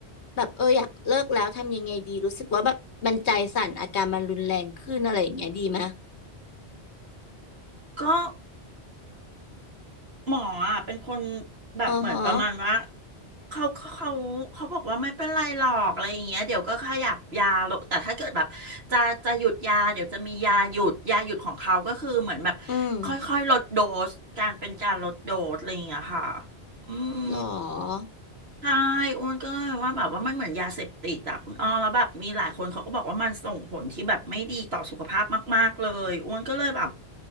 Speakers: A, on the left (about 80°); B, on the right (about 70°).
A: แบบเอออยากเลิกแล้วทำยังไงดีรู้สึกว่าแบบมันใจสั่นอาการมันรุนแรงขึ้นอะไรอย่างเงี้ยดีไหม
B: ก็ หมออ่ะเป็นคนแบบเหมือนประมาณว่า
A: อือฮะ
B: เขาเขาเขาเขาบอกว่าไม่เป็นไรหรอกอะไรอย่างเงี้ยเดี๋ยวก็ขยับยาลงแต่ถ้าเกิดแบบจะจะหยุดยาเดี๋ยวจะมียาหยุดยาหยุดของเขาก็คือเหมือนแบบค่อยๆลดโดสการเป็นการลดโดสอะไรอย่างเงี้ยค่ะ
A: อืม
B: อืม
A: หรอ
B: ใช่อ้วนก็ยว่าแบบว่ามันเหมือนยาเสพติดอะคุณอ้อแล้วแบบมีหลายคนเขาก็บอกว่ามันส่งผลที่แบบไม่ดีต่อสุขภาพมากๆเลยอ้วนก็เลยแบบ